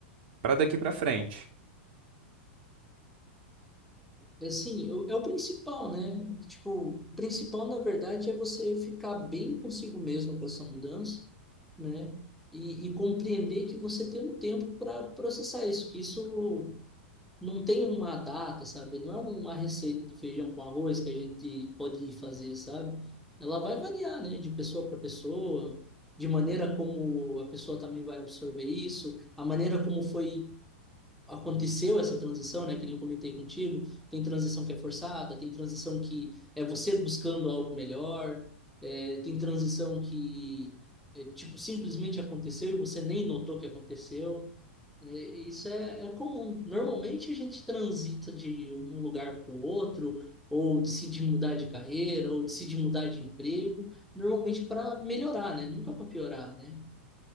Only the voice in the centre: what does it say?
É Assim, o- é o principal, né? Tipo, o principal, na verdade, é você ficar bem consigo mesmo com essa mudança, né? E, e compreender que você tem um tempo para processar isso, que isso não tem uma data, sabe? Não é uma receita de feijão com arroz que a gente pode ir fazer, sabe? Ela vai variar, né? De pessoa para pessoa, de maneira como a pessoa também vai absorver isso, a maneira como foi aconteceu essa transição, né? Que nem eu comentei contigo, tem transição que é forçada, tem transição que é você buscando algo melhor, é, tem transição que é, tipo simplesmente aconteceu e você nem notou que aconteceu né? Isso é, é comum. Normalmente a gente transita de um lugar para o outro, ou decide mudar de carreira, ou decide mudar de emprego, normalmente para melhorar, né? Nunca para piorar, né?